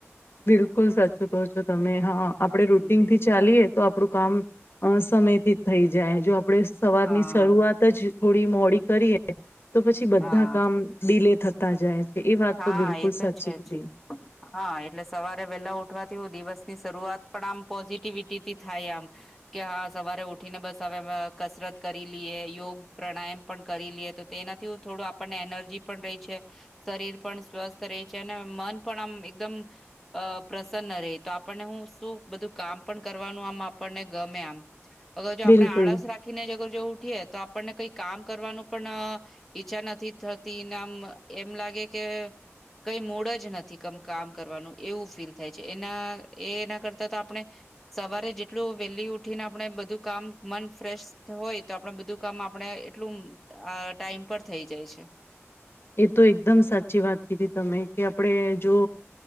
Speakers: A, on the left (about 50°); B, in the centre.
A: બિલકુલ સાચું કહો છો તમે હા આપડે
B: હમ
A: રૂટીન થી ચાલીએ તો આપડું કામ સમયથી જ થઈ જાય જો આપણે સવાર
B: હા
A: ની શરૂઆત જ થોડી મોડી કરીએ તો પછી બધા
B: હા
A: કામ ડીલે થતા તા જાય. એ વાત
B: હા
A: તો બિલકુલ
B: એ તો
A: સાચી
B: છે
A: કીધી.
B: જ હા એટલે સવારે વહેલા ઉઠવાથી હુ દિવસની શરૂઆત પણ આમ પોઝિટિવિટીથી થાય આમ કે હા સવારે ઉઠીને બસ હવે કસરત કરી લઈએ યોગ પ્રાણાયામ પણ કરી લઈએ તો તેનાથી થોડું આપણને એનર્જી પણ રહી છે શરીર પણ સ્વસ્થ રે છે અને મન પણ આમ એકદમ પ્રસન્ન રહે તો આપણને હું શું બધું કામ પણ કરવાનું આમ આપણને ગમે આમ અગર જો આપણે
A: બિલકુલ
B: આળસ રાખીને જ અગર જો ઉઠીએ તો આપ પણને કઈ કામ કરવાનું પણ અ ઈચ્છા નથી થતી નામ એમ લાગે કે કઈ મૂડ જ નથી કામ કરવાનું એવું ફીલ થાય છે એના એ એના કરતા તો આપણે સવારે જેટલું વહેલી ઉઠીને આપણે બધું કામ મન ફ્રેશ હોય તો આપણે બધું કામ આપણે એટલું આ ટાઈમ પર થઈ જાય છે.
A: એ તો એકદમ સાચી વાત કીધી તમે કે આપડે જો